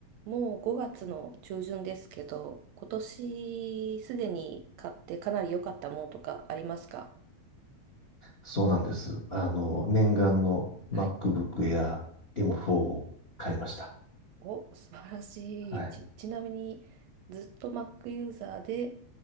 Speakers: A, on the right; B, on the left.
A: もう5月の中旬ですけど、今年すでに買ってかなり良かったものとかありますか
B: そうなんです。あの、念願の
A: はい。
B: MacBook Air M4
A: お、
B: を買いました。
A: お、素晴らしい。
B: はい。
A: ち、ちなみに、ずっと Mac ユーザーで、